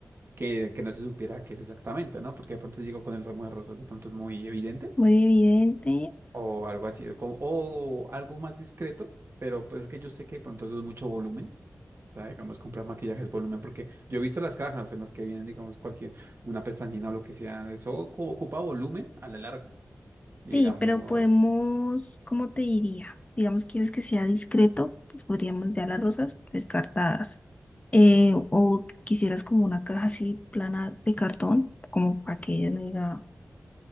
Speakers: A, on the right; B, on the left.
A: que, que no se supiera qué es exactamente, ¿no? Porque de pronto llegó con el ramo de rosas, de pronto es muy evidente,
B: muy evidente.
A: o algo así, o, como- o algo más discreto, pero pues es que yo sé que de pronto eso es mucho volumen, o sea, digamos, comprar maquillaje es volumen, porque yo he visto las cajas en las que vienen, digamos, cualquier, una pestañina o lo que sea, eso co- ocupa volumen a la larga, digamos,
B: Sí, pero podemos, ¿cómo te diría? Digamos, quieres que sea discreto, pues podríamos ya las rosas descartadas. Eh, o quisieras como una caja así plana de cartón, como para que ella no diga,